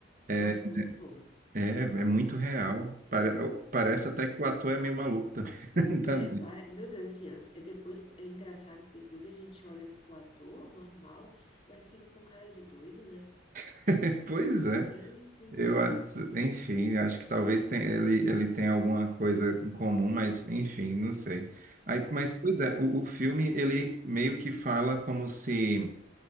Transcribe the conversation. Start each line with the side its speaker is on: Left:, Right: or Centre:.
Right: eh,
Left: Nossa, muito bom.
Right: é, é muito real. Pare- parece até que o ator é meio maluco também. <laughs> Também.
Left: É, para... Meu Deus, assim, ó, é depois é engraçado que depois a gente olha pro ator normal, mas fica com cara de doido, né?
Right: <laughs> Pois é.
Left: Meu Deus.
Right: Eu, acho- enfim, acho que talvez tenha- ele, ele tenha alguma coisa em comum, mas enfim, não sei. Aí, mas, pois é, o, o filme, ele meio que fala como se